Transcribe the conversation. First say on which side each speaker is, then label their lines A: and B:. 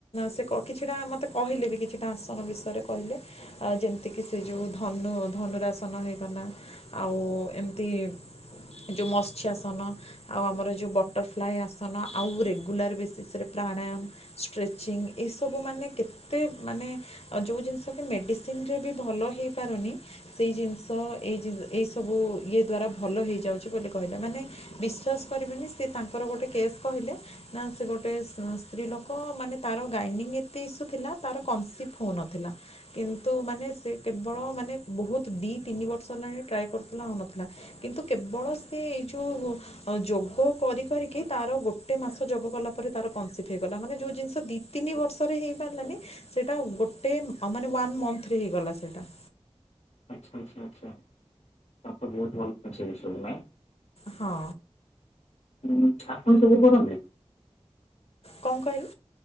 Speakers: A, on the left; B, on the left.
A: ସେ କିଛିଟା ମତେ କହିଲେ ବି କିଛିଟା ଆସନ ବିଷୟରେ? କହିଲେ ଆ ଯେମିତିକି ସେ ଯେଉଁ ଧନୁ ଧନୁରାସନ ହେଇଗଲା। ଆଉ ଏମିତି ଯୋଉ ମତ୍ସ୍ୟାସନ ଆଉ ଆମର ଯୋଉ ବଟରଫ୍ଲାଏ ଆସନ ଆଉ ରେଗୁଲାର ବେସିସ୍ ରେ ପ୍ରାଣାୟାମ ଷ୍ଟ୍ରେଚିଂ ଏ ସବୁ ମାନେ କେତେ ମାନେ ଯୋଉ ଜିନିଷ ବି ମେଡ଼ିସିନରେ ବି ଭଲ ହେଇ ପାରୁନି ସେଇ ଜିନିଷ ଏଇ ଏଇ ସବୁ ଇଏ ଦ୍ଵାରା ଭଲ ହେଇଯାଉଛି ବୋଲି କହିଲେ ମାନେ ବିଶ୍ୱାସ କରିବେନି ସେ ତାଙ୍କର ଗୋଟେ କେସ୍ କହିଲେ ନା ସେ ଗୋଟେ ସ୍ତ୍ରୀ ଲୋକ ମାନେ ତାର ଗାଇନିଙ୍ଗ ଏତେ ଇସୁ ଥିଲା ତାର କନ୍ସିଭ ହୋଉନ ଥିଲା କିନ୍ତୁ ମାନେ ସେ କେବଳ ମାନେ ବହୁତ ଦିଇ ତିନି ବର୍ଷ ହେଲାଣି ଟ୍ରାଏ କରୁଥିଲା ହଉନଥିଲା କିନ୍ତୁ କେବଳ ସେ ଏଇ ଯୋଉ ଯୋଗ କରି କରିକି ତାର ଗୋ ଟେ ମାସ ଯୋଗ କଲା ପରେ ତାର କନସିଭ୍ ହେଇଗଲା ମାନେ ଯୋଉ ଜିନିଷ ଦି ତିନି ବର୍ଷରେ ହେଇ ପାରିଲାନି ସେଇଟା ଗୋଟେ ଅ ମାନେ ୱାନ୍ ମନ୍ଥରେ ହେଇଗଲା ସେଇଟା।
B: ଆଚ୍ଛା ଆଚ୍ଛା ଆଛା ତାହେଲେ ତ ବହୁତ ଭଲ ଜିନିଷ ଏ ସବୁ ନାଇ?
A: ହଁ।
B: ହୁଁ ଆପଣ ସବୁ କରନ୍ତି?
A: କଣ କହିଲେ?